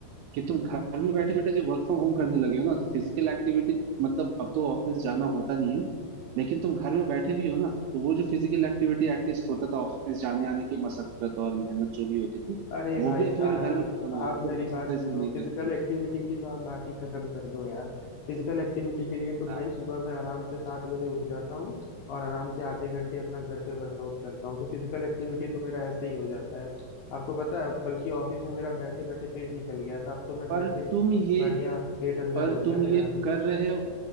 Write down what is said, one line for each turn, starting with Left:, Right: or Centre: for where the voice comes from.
Right: कि तुम घर में बैठे बैठे जो वर्क फ्रॉम होम करने लगे हो ना तो फिजिकल एक्टिविटी मतलब अब तो ऑफिस जाना होता नहीं है लेकिन तुम घर में बैठे भी हो ना तो वो जो फिजिकल एक्टिविटी एटलीस्ट होता था ऑफिस जाने आने की मशक्कत और मेहनत जो भी होती थी
Left: अरे
Right: वो
Left: भाई
Right: भी अब
Left: साहब
Right: तुम्हारे घर में खत्म हो गई
Left: आप मेरी
Right: तुम एक्सरसाइज
Left: बात सुनो
Right: भी नहीं करते
Left: फिजिकल
Right: हो
Left: एक्टिविटी की तो आप बात ही खत्म कर दो यार फिजिकल एक्टिविटी के लिए तो
Right: हाँ,
Left: भाई सुबह मैं आराम से सात बजे उठ जाता हूँ और आराम से आधे घंटे अपना घर पे वर्कआउट करता हूँ तो फिजिकल एक्टिविटी तो मेरा ऐसे ही हो जाता है आपको पता है बल्कि ऑफिस में मेरा बैठे बैठे पेट निकल गया था अब तो मैं घर
Right: पर
Left: पे
Right: तुम ये
Left: बढ़िया पेट अंदर
Right: पर
Left: हो गया
Right: तुम
Left: मेरा
Right: ये कर रहे हो